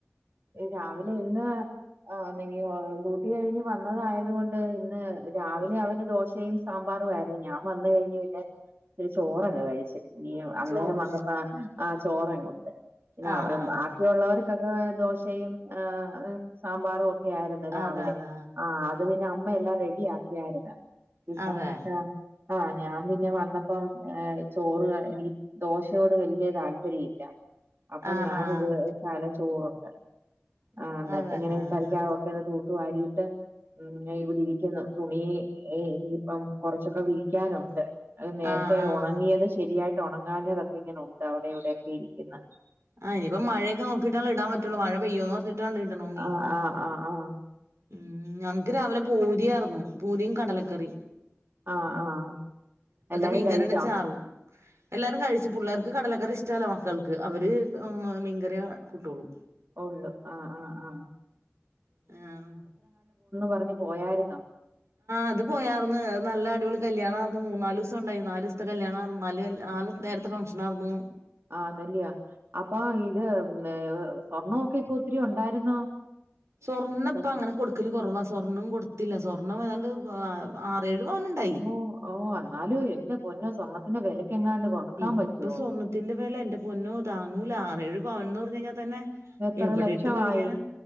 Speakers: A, on the right; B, on the right.
A: രാവിലെ ഇന്ന് ആന്നെങ്കി ഡ്യൂട്ടി കഴിഞ്ഞ് വന്നതായത് കൊണ്ട് ഇന്ന് രാവിലെ അവര് ദോശയും സാമ്പാറു ആയിരുന്നു ഞാൻ വന്ന് കഴിഞ്ഞു പിന്നെ ചിരി ചോറങ്ങ് കയി ച്ച് ഇനി അന്നേരം
B: ചോറ്
A: വന്നപ്പ ആ ചോറ ങ്ങ കൊണ്ട് പിന്നെ
B: ആഹ് ആഹ്
A: ബാക്കിയുള്ളവർ മക്കാക്ക ദോഷ- ചെയും സാമ്പാറും ആയിരുന്നു രാവിലെ
B: അതെ അതെ
A: ആ അത് പിന്നെ എല്ലാം റെഡി ആക്കിയാര്ന്ന പിന്നെ
B: ആഹ് അതെ
A: ആഹ ആഹ ഞാൻ പിന്നെ വന്നപ്പം ഏ ചോറ് എനിക്ക് ദോശയോട് വലിയ താല്പര്യ ഇല്ല അപ്പൊ
B: ആഹ്
A: ഞാന്
B: ആഹ്
A: ഇത് തല ചോറുണ്ട് ആഹ് എന്നിട്ട്
B: അതെ
A: ഇങ്ങനെ
B: ആഹ്
A: കറിക്കാവൊക്കെ ഒന്ന് തൂത്തു വാരി മ്മ് -ഞായിവിടെരിക്കുന്ന തുണി ഇനിയിപ്പം കൊറച്ചൊക്കെ വിരിക്കാനുണ്ട് അത് നേരത്തെ
B: ആഹ് ആഹ്
A: ഉണങ്ങിയത് ശരിയാക്കി ഒണങ്ങാഞ്ഞതൊക്കെ ഇങ്ങനെ ഉണ്ട് അവിടെ ഇവിടെയൊക്കെ ഇരിക്കുന്ന
B: ആഹ് ഇനിയിപ്പം മഴയൊക്കെ നോക്കിട്ടല്ലേ ഇടാൻ പറ്റോള്ളൂ മഴ പെയ്യോന്ന് പറഞ്ഞിട്ടാണ് ഇടണോങ്കി
A: ആഹ് ആഹ് ആഹ് ആഹ്
B: ഉം ഞങ്ങക്ക് രാവിലെ പൂരിയായിരുന്നു പൂരിയും കടലക്കറി
A: ആഹ് ആഹ് എല്ലാരും
B: മീൻകറിയുടെ
A: കഴിച്ചോ
B: ചാറും എല്ലാരും കഴിച്ചു പുള്ളറ്ക്ക് കടലക്കറി ഇഷ്ടല്ല മക്കൾക്ക് അവര് മീൻകറിയേ കൂട്ടോള്ളൂ
A: ഒള്ളു ആഹ് ആഹ് ആഹ്
B: ആഹ്
A: പറഞ്ഞ് പോയായിരുന്നോ
B: അത് പോയർന്ന് നല്ല അടിപൊളി കല്യാണാ മൂന്നാല് ദിവസണ്ടായി നാല് ദിവസത്തെ കല്യാണായിര് നാല് നാല് നേരത്തെ ഫംഗ്ഷനാരുന്നു
A: ആണല്ല്യോ അപ്പാ ഇത് സ്വർണൊക്കെ ഇപ്പൊ ഒത്തിരി ഉണ്ടായിരുന്നോ
B: സ്വാർണ്ണം
A: ഇപ്പൊ
B: ഇപ്പ അങ്ങനെ കൊടുക്കല് കൊറവാ സ്വർണ്ണം കൊട്ത്തില്ല സ്വർണ്ണം ഏതാണ്ട് <unintelligible> ആറേഴ് പവനുണ്ടായി
A: ഓഹ് ഓഹ് എന്നാലും എന്റെ പൊന്നോ സ്വണ്ണത്തിന്റെ വേലെ ക്ക്യ എങ്ങാണ്ട് കൊടുക്കാൻ
B: ഇപ്പൊ
A: പറ്റൊ
B: സ്വർണത്തിന്റെ വില എന്റെ പൊന്നോ താങ്ങൂല ആറേഴ് പവൻന്ന് പറഞ്ഞു കഴിഞ്ഞാൽ തന്നെ
A: എത്ര
B: എവിടെ
A: ലക്ഷവായി
B: ഇട്ട് മേടിക്കാനാ